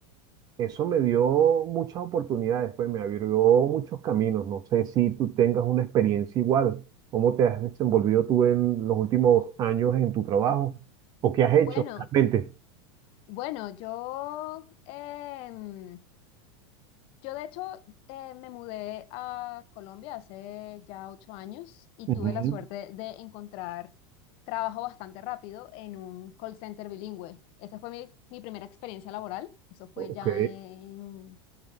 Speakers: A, on the right; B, on the left.
A: eso me dio muchas oportunidades, pues me abrió muchos caminos. No sé si tú tengas una experiencia igual. ¿Cómo te has desenvolvido tú en los últimos años en tu trabajo? ¿O qué has hecho
B: Bueno,
A: realmente?
B: bueno, yo, em, yo de hecho eh, me mudé a Colombia hace ya ocho años y
A: Ujú.
B: tuve la suerte de encontrar trabajo bastante rápido en un call center bilingüe. Esa fue mi, mi primera experiencia laboral. Eso fue
A: Ok,
B: ya en,